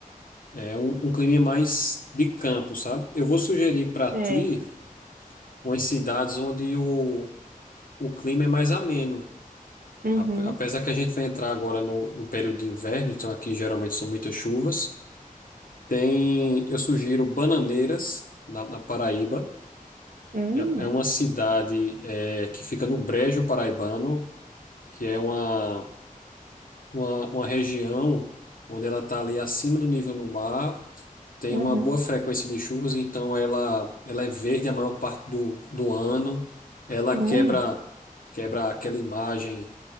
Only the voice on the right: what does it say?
É.
Uhum.
Hum.
Uhum.
Hum.